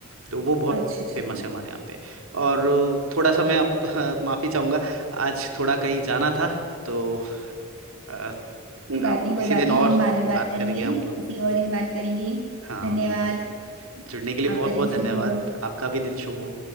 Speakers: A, on the right; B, on the right.
A: तो वो बहुत
B: अच्छा अच्छा
A: फेमस है हमारे यहाँ पे और थोड़ा सा मैं अब <laughs> माफ़ी चाहूँगा आज थोड़ा कहीं जाना था तो अ,
B: कोई बात
A: अब
B: नहीं
A: किसी
B: कोई बात
A: दिन और
B: नहीं हम बाद में बात
A: बात
B: करेंगे
A: करेंगे हम लोग
B: किसी और दिन बात करेंगे
A: हाँ
B: धन्यवाद
A: बिल्कुल जुड़ने के लिए बहुत
B: आपका दिन
A: बहुत धन्यवाद
B: शुभ हो
A: आपका भी दिन शुभ हो